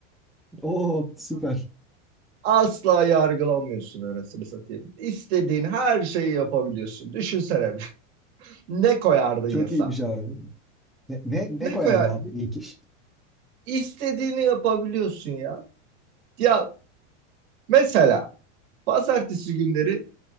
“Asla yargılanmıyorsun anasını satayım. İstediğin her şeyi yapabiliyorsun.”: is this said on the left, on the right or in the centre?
Right